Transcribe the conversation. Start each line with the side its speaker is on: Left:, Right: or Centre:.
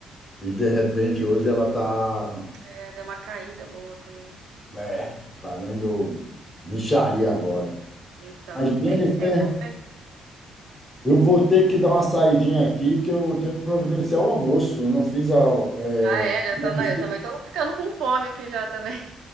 Left: e de repente hoje ela está,
Right: É, deu uma caída boa também.
Left: é, valendo mixaria agora.
Right: Então,
Left: Mas, Jennifer,
Right: quem pegou.
Left: Eu vou ter que dar uma saidinha aqui, que eu tenho que providenciar o almoço. Eu não fiz a. é,
Right: Ah, é, já
Left: não
Right: tá na.
Left: sei,
Right: Eu também tô ficando com fome aqui já também.